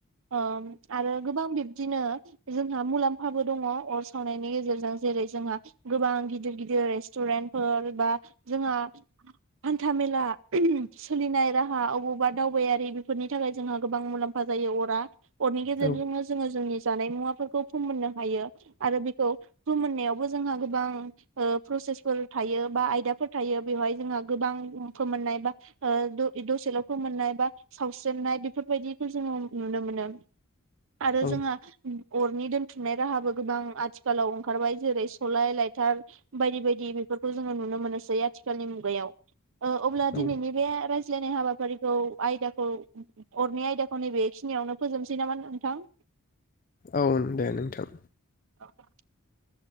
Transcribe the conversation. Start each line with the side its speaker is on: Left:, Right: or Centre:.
Right: ओ आरो गोबां बिब्दिनो जोंहा मुलाम्फाबो दङ अर सावनायनि गेजेरजों जेरै जोंहा गोबां गिदिर गिदिर रेस्टुरेन्टफोर बा जोंहा हान्था मेला सोलिनाय राहा अबावबा दावबायारि बेफोरनि थाखाय जोंहा गोबां मुलाम्फा जायो अरा। अरनि गेजेरजोंनो
Left: औ
Right: जोङो जोंनि जानाय मुवाफोरखौ फोमोननो हायो आरो बेखौ फोमोननायावबो जोंहा गोबां प्रसेसफोर थायो बा आयदाफोर थायो बेवहाय जोंहा गोबां फोमोननाय बा ओ द-दसेल' फोमोननाय बा सावस्रेमनाय बेफोरबायदिखौ जोङो नुनो मोनो। आरो
Left: औ
Right: जोङो अरनि दोनथुमनाय राहाबो गोबां आथिखालाव ओंखारबाय जेरै सलाय लाइथार बायदि बायदि बेफोरखौ जोङो नुनो मोननोसै आथिखालनि मुगायाव ओ अब्ला
Left: औ
Right: दिनैनि बे राय ज्लायनाय हाबाफारिखौ आयदाखौ अरनि आयदाखौ नैबेखिनियावनो फोजोबनोसै नामा नोंथां?
Left: औ दे नोंथां।
Right: औ